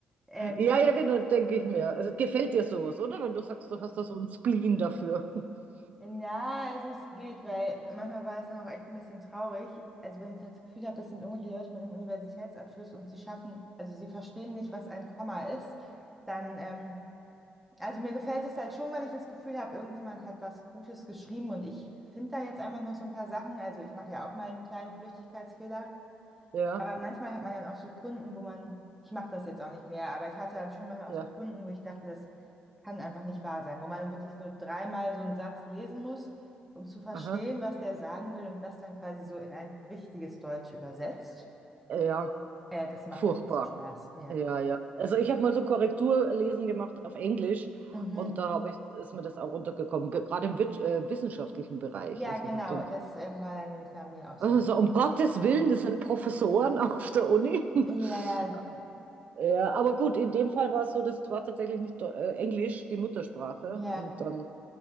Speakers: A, in the centre; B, on the right.
A: Ähm,
B: Ja,
A: weil,
B: ja, genau, denke ich mir. Also gefällt dir sowas, oder? Wenn du sagst, du hast da so einen Spleen dafür. <laughs>
A: na, also es geht, weil manchmal war es dann auch echt ein bisschen traurig. Also wenn ich das Gefühl habe, das sind irgendwelche Leute mit einem Universitätsabschluss und sie schaffen, also sie verstehen nicht, was ein Komma ist, dann, ähm, also mir gefällt es halt schon, wenn ich das Gefühl habe, irgendjemand hat was Gutes geschrieben und ich finde da jetzt einfach noch so ein paar Sachen. Also ich mache ja auch mal einen kleinen Flüchtigkeitsfehler.
B: Ja,
A: Aber manchmal hat man dann auch so Kunden, wo man, ich mache das jetzt auch nicht mehr, aber ich hatte dann schon manchmal
B: ja,
A: auch so Kunden, wo ich dachte, das kann einfach nicht wahr sein, wo man dann wirklich so dreimal so einen Satz lesen muss, um zu verstehen,
B: aha,
A: was der sagen will und das dann quasi so in ein richtiges Deutsch übersetzt.
B: ja,
A: Äh, das macht
B: furchtbar.
A: dann nicht so Spaß, ja.
B: Ja, ja. Also ich habe mal so Korrekturlesen gemacht auf Englisch
A: Mhm.
B: und da habe ich, ist mir das auch runtergekommen, ge- gerade im Wit- äh, wissenschaftlichen Bereich.
A: Ja,
B: Also
A: genau,
B: ich habe dann
A: das
B: so,
A: ähm, war dann nämlich bei mir auch
B: also
A: so.
B: um Gottes Willen, das sind Professoren <laughs> auf der Uni.
A: Ja,
B: <laughs>
A: ja,
B: Ja, aber gut, in dem Fall war es so, das war tatsächlich nicht Deu- äh, Englisch, die Muttersprache
A: ja.
B: und dann